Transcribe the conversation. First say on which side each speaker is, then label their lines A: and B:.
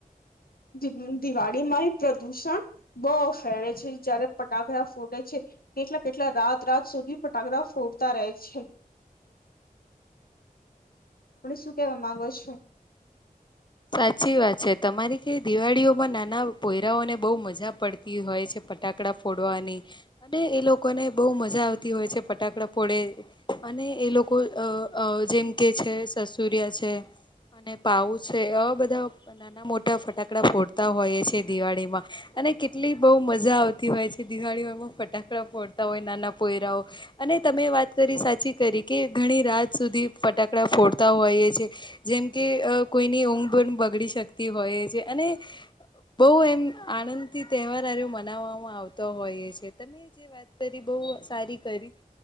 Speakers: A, on the left; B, on the left.
A: દિ દિવાળીમાં પ્રદુષણ. બો ફેડે છે જયારે પટાકડા ફૂટે છે. કેટલા કેટલા રાત રાત સુધી ફટાકડા ફોડતા રહે છે. આપડે શું કેવા માંગો છો.
B: સાચી વાત છે તમારી કે દિવાળીઓમાં નાના પોયરાઓને બહુ મજા પડતી હોય છે. ફટાકડા ફોડવાની અને એ લોકોને બહુ મજા આવતી હોય છે ફટાકડા ફોડે. અને એ લોકો અ અ જેમ કે છે સસુરિયા છે અને પાઉ. છે આ બધા નાના મોટા ફટાકડા ફોડતા હોય છે દિવાળીમાં. અને કેટલી બહુ મજા આવતી હોય છે દિવાળીઓયમાં ફટાકડા ફોડતા હોય નાના પોયરાઓ. અને તમે વાત કરી સાચી કરી કે ઘણી રાત સુધી ફટાકડા ફોડતા હોઈએ છે. જેમ કે અ કોઈની ઊંઘ બુઘ પણ બગડી શકતી હોય છે અને બહુ એમ આનંદથી તહેવાર હારે મનાવામાં આવતો હોઈ છે તમે. વાત કરી બહુ સારી કરી